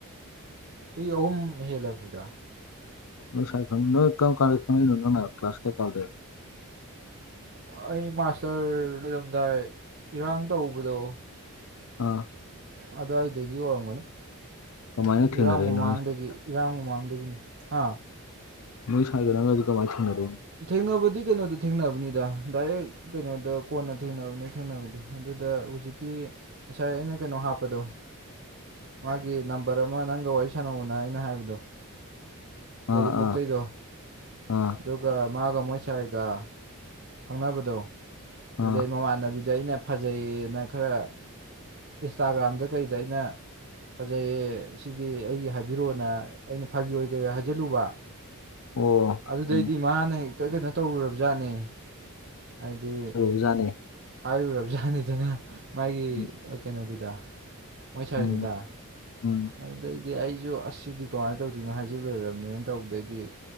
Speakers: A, on the right; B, on the left.
A: ꯁꯤ ꯑꯍꯨꯝ ꯍꯦꯜꯂꯕꯅꯤꯗ
B: ꯅ ꯁꯥꯏ ꯅꯣꯏ ꯀ ꯀꯜꯅꯅ ꯐ ꯀ꯭ꯂ꯭ꯂ ꯀ ꯀꯗ
A: ꯑꯩ ꯃꯥꯁꯇꯔ ꯂꯣꯏꯔꯝꯗꯥꯏ ꯏꯔꯥꯡ ꯇꯧꯕꯗꯣ
B: ꯑꯥ
A: ꯑꯗꯨꯋꯥꯏꯗꯒꯤ ꯑꯣꯏꯔꯝꯒꯅꯤ
B: ꯀꯃꯥꯏꯅ ꯊꯦꯡꯅꯔꯛꯏꯅꯣ
A: ꯏꯔꯥꯡ ꯃꯃꯥꯡꯗꯒꯤ
B: ꯅꯣꯏ ꯁꯥꯏꯒ
A: ꯏꯔꯥꯡ ꯃꯃꯥꯡꯗꯒꯤꯅꯤ ꯍꯥ
B: ꯅꯣꯏ <unintelligible> ꯀꯃꯥꯏ ꯊꯦꯡꯅꯗꯣꯏꯅꯣ
A: ꯊꯦꯡꯅꯕꯗꯤ ꯀꯩꯅꯣꯗ ꯊꯦꯡꯅꯕꯅꯤꯗ ꯗꯥꯏꯔꯦꯛ ꯀꯩꯅꯣꯗ ꯀꯣꯟꯅ ꯊꯦꯡꯅꯕꯅꯦ ꯊꯦꯡꯅꯕꯗꯤ ꯑꯗꯨꯗ ꯍꯧꯖꯤꯛꯀꯤ ꯉꯁꯥꯏ ꯑꯩꯅ ꯀꯩꯅꯣ ꯍꯥꯞ ꯆꯄꯗꯣ ꯃꯥꯒꯤ ꯅꯝꯕꯔ ꯑꯃ ꯅꯪꯒ ꯋꯥꯔꯤ ꯁꯥꯟꯅꯧꯕꯅ ꯑꯩꯅ ꯍꯥꯏꯕꯗꯣ ꯌꯥꯏꯔꯤꯄꯣꯛꯇꯩꯗꯣ
B: ꯑꯥ ꯑꯥ ꯑꯥ
A: ꯑꯗꯨꯒ ꯃꯥꯒ ꯃꯣꯏ ꯁꯥꯏꯒ ꯈꯪꯅꯕꯗꯣ ꯑꯗꯨꯗꯩ
B: ꯑꯥ
A: ꯃꯃꯥꯟꯅꯕꯤꯗꯣ ꯑꯩꯅ ꯐꯖꯩꯌꯦꯅ ꯈꯔ ꯏꯟꯁꯇꯥꯒ꯭ꯔꯥꯝꯗ ꯀꯩꯗ ꯑꯩꯅ ꯐꯖꯩꯌꯦ ꯁꯤꯗꯤ ꯑꯩꯒꯤ ꯍꯥꯏꯕꯤꯔꯣꯅ ꯑꯩꯅꯥ ꯐꯥꯒꯤꯑꯣꯏ ꯀꯩꯑꯣꯏ ꯍꯥꯏ ꯖꯂꯨꯕ
B: ꯑꯣ
A: ꯑꯗꯨꯗꯩꯗꯤ
B: ꯎꯝ
A: ꯃꯥꯅ ꯍꯦꯛꯇ ꯀꯩꯅꯣ ꯇꯧꯔꯨꯔꯕꯖꯥꯠꯅꯦ ꯍꯥꯏꯗꯤ
B: ꯖꯅꯦ
A: ꯍꯥꯏꯔꯨꯔꯕꯖꯥꯅꯤꯗꯅ ꯃꯥꯒꯤ
B: ꯎꯝ
A: ꯀꯩꯅꯣꯗꯨꯗ ꯃꯣꯏ ꯁꯥꯏꯗꯨꯗ
B: ꯎꯝ ꯎꯝ
A: ꯑꯗꯨꯗꯩꯗꯤ ꯑꯩꯁꯨ ꯑꯥꯖ ꯁꯤꯗꯤ ꯀꯃꯥꯏ ꯇꯧꯗꯨꯏꯅꯣ ꯍꯥꯏꯖꯤꯜꯂꯨꯔꯝꯅꯤꯅ ꯇꯧꯕꯗꯩꯗꯤ